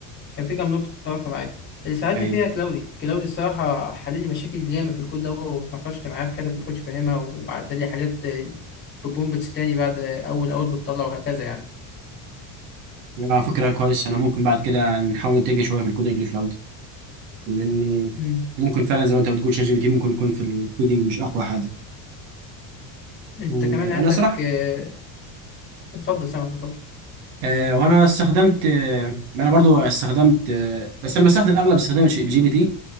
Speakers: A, on the left (about 25°); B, on the right (about 90°).
A: كان في كام نقطه واقفه معايا اللي ساعدني
B: ايوه
A: فيها كلاودي كلاودي الصراحه حل لي مشاكل ياما في الكود ده واتناقشت معاه في حتت ما كنتش فاهمها وعدل لي حاجات بومبتس تاني بعد اول اوت بتطلع وهكذا
B: اه فكره كويس انا ممكن بعد كده نحاول نتجه شويه في الكودينج لكلاود لاني
A: يعني
B: ممكن فعلا زي ما انت بتقول شات جي بي تي ممكن يكون في الكودينج مش اقوى حاجه
A: انت
B: مم،
A: كمان عندك
B: انا صراحه
A: آه، اتفضل سامعك اتفضل
B: آه، وانا استخدمت آه، انا برضو استخدمت آه، بس انا بستخدم اغلب استخدام الجي بي تي